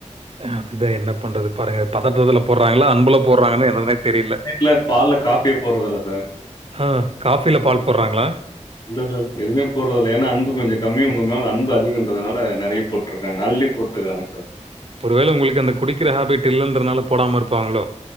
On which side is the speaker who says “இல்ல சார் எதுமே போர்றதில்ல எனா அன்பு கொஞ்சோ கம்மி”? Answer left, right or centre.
Left